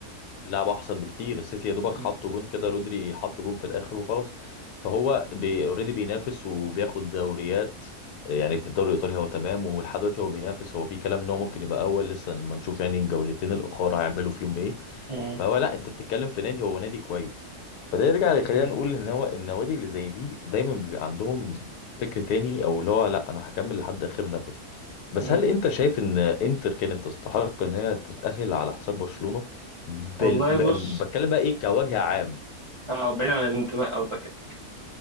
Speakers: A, on the left; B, on the right.
A: لعب احسن بكتير السيتي يا دوبك حط
B: هم.
A: جون كده رودري حط جون في الاخر وخلاص فهو بي اوريدي بينافس وبياخد دوريات آه، يعني في الدوري الايطالي هو تمام ولحد دلوقتي هو بينافس هو في كلام ان هو ممكن يبقى اول لسه لما نشوف يعني الجولتين الاخر هيعملوا فيهم ايه
B: مم.
A: فهو لا انت بتتكلم في نادي هو نادي كويس فده يرجع يخلينا
B: مم.
A: نقول ان هو النوادي اللي زي دي دايما بيبقى عندهم فكر تاني او اللي هو لا انا هكمل لحد اخر نفس بس
B: مم.
A: هل انت شايف ان انتر كانت تستحق ان هي تتأهل على حساب برشلونة بال...
B: والله
A: ب...
B: بص
A: بتكلم بقى ايه كوجه عام
B: اه بعيد عن الانتماء قصدك يعني.